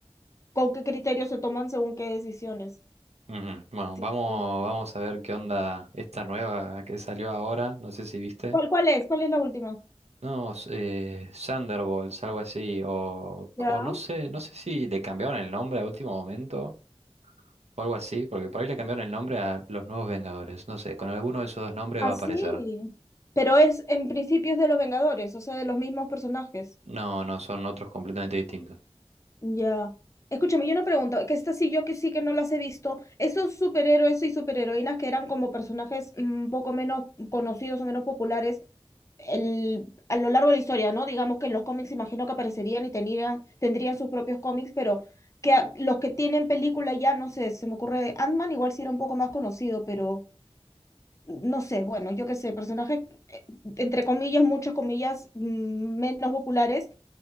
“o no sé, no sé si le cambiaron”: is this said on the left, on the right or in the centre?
Right